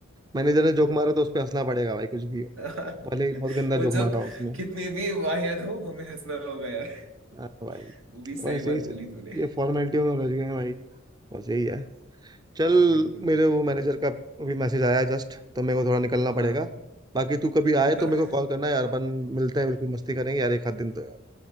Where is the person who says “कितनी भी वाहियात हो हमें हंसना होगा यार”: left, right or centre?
Right